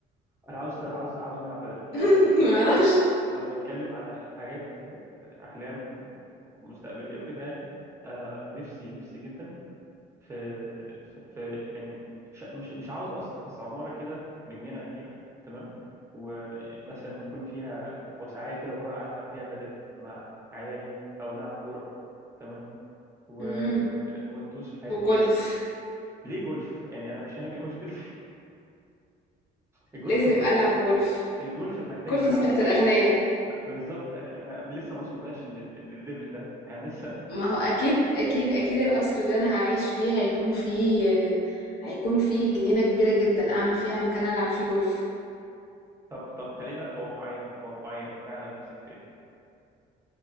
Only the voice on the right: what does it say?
انا عاوز عاوز عاوز نلعب بدل يعني
انا لو
لو بنتكلم على حاجات آه، احلام مستقبليه وكده يعني آه، نفسي نفسي جدا في في, في يعني ش- مش مش عاوز قصر بس عماره كده بجنينه كبيره تمام ومثلا يكون فيها وسعايه كده ورا العب فيها بدل مع عيالي او نلعب كوره تمام و...
وندوس في الحاجات
دي ليه جولف يعني انا مش فاهم ايه مشكلتي <laughs> الجولف
محتاج
الجولف محتاج
ملعب
بالظبط احنا لسه ما وصلناش لل... للليفل ده يعني لسه
<laughs> طب طب خلينا كواقعيا كواقعيا فعلا نفسك في ايه